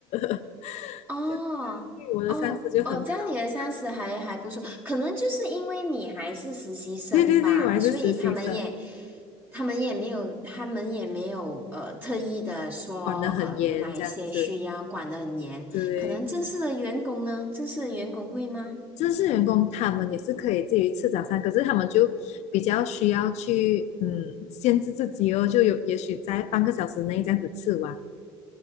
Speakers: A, on the left (about 60°); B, on the right (about 15°).
A: <laughs>
B: 哦哦哦，
A: 就对我的上司就很好，
B: 这样你的上司还还不错，可能就是因为你还是实习生吧，
A: 对对对，我还是实习生，
B: 所以他们也他们也没有他们也没有呃特意的说呃有哪一些需要管得很严，
A: 管得很严这样子，对。
B: 可能正式的员工呢，正式的员工会吗？
A: 正式员工他们也是可以自己吃早餐，可是他们就比较需要去嗯限制自己哦，就有也许在半个小时内这样子吃完。